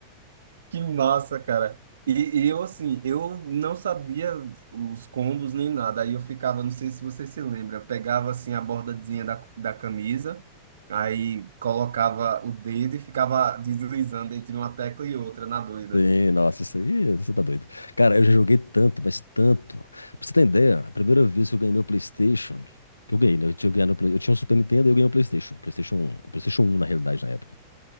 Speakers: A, on the right (about 65°); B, on the left (about 80°).
A: Que massa, cara. E, e eu, assim, eu não sabia os combos nem nada. Aí eu ficava, não sei se você se lembra, pegava, assim, a bordazinha da, da camisa, aí colocava o dedo e ficava deslizando entre uma tecla e outra, na doida.
B: Sim, nossa, isso aí, você tá doido. Cara, eu já joguei tanto, mas tanto. Pra você ter ideia, a primeira vez que eu ganhei meu PlayStation, que eu ganhei, né? Eu tinha, ganhado, eu tinha um Super Nintendo e eu ganhei um PlayStation. PlayStation um, um PlayStation um na realidade, na época.